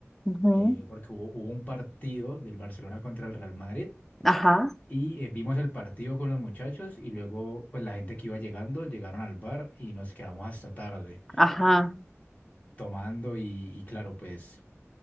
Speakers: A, in the centre; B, on the left.
A: ujú,
B: eh, porque hubo, hubo un partido del Barcelona contra el Real Madrid
A: ajá,
B: y eh, vimos el partido con los muchachos y luego pues la gente que iba llegando llegaron al bar y nos quedamos hasta tarde
A: ajá.
B: tomando y y claro, pues